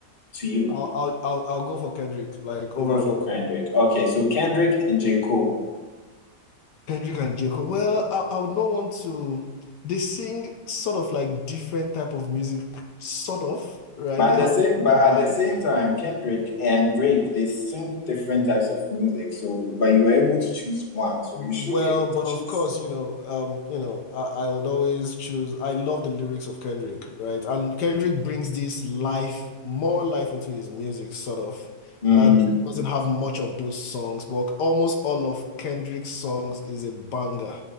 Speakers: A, on the left; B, on the left.
A: to you?
B: I'll, I'll I'll I'll go for Kendrick like over
A: You go for
B: and over.
A: Kendrick. Okay, so Kendrick and J. Cole.
B: Kendrick and Jacob. Well, I, I would not want to. They sing sort of like different type of music, sort of, right?
A: But
B: They
A: at the
B: have
A: same,
B: different
A: but at
B: vibes.
A: the same time, Kendrick and Drake, they sing different types of music. So, but you were able to choose one. So
B: Well,
A: you should be able
B: but
A: to choose.
B: of course, you know, um, you know, I, I would always choose. I love the lyrics of Kendrick, right? And Kendrick brings this life, more life into his music, sort of.
A: Mm,
B: Uh, Drake doesn't have much of those songs, but almost all of Kendrick's songs is a banger,